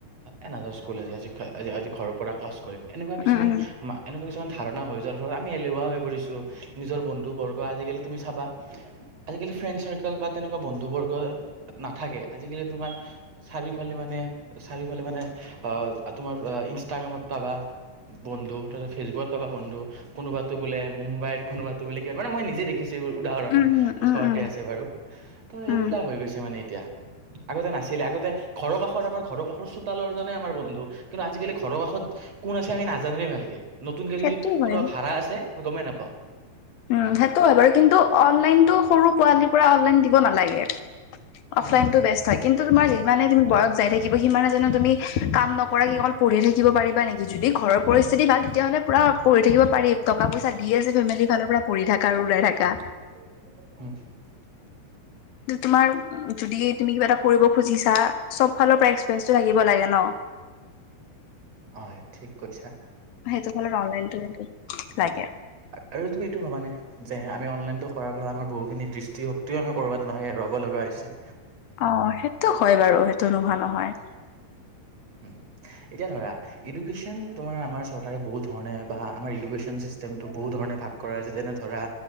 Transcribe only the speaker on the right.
এ নাযাওঁ স্কুল আজি-আজি আজি-আজি ঘৰ পৰা ক্লাছ কৰিম, এনেকুৱা কিছুমান
এনেকুৱা কিছুমান ধাৰণা হৈ যোৱাৰ ফলত আমি এলেুৱা হৈ পৰিছোঁ, নিজৰ বন্ধুবৰ্গ আজিকালি তুমি চাবা। আজিকালি ফ্ৰেণ্ড চাৰ্কেল বা তেনেকুৱা বন্ধু বৰ্গ নাথাকে, আজিকালি তোমাৰ চাৰিওফালে মানে চাৰিওফালে মানে তোমাৰ ইনষ্টাগ্ৰামত পাবা। বন্ধু তাৰপাছত ফেচবুকত পাবা বন্ধু। কোনোবাতো বোলে মুম্বাইৰ কোনোবাটো বোলে কি মান মই নিজে দেখিছো এইবোৰ উদাহৰণ
ওচৰতে
আছে বাৰু। ত' সেইবিলা
হৈ গৈছে মানে এতিয়া, আগতে নাছিলে আগতে ঘৰৰ কাষত আম ঘৰৰ কাষৰ চোতালৰ জোনে আমাৰ বন্ধু কিন্তু, আজিকালি ঘৰৰ কাষত কোন আছে আমি নাজানোৱে ভালকে, নতুনকে
যদি
কোনোবা ভাড়া আছে আমি গমেই নাপাওঁ।
উম উম
<unintelligible> হম।
হয় ঠিক কৈছা।
আ আৰু তুমি এইটোও ভাবানে যে, আমি অনলাইনতো কৰাৰ পৰা আমাৰ বহুখিনি দৃষ্টিশক্তিও আমি কৰ'বাত নহয় হেৰুৱাব লগা হৈছে।
উম এতিয়া ধৰা ইডুকেশ্যন তোমাৰ আমাৰ চৰকাৰে বহুত ধৰণে বা আমাৰ ইডুকেশ্বন ছিষ্টেমটো বহুত ধৰণে কৰে যেনে ধৰা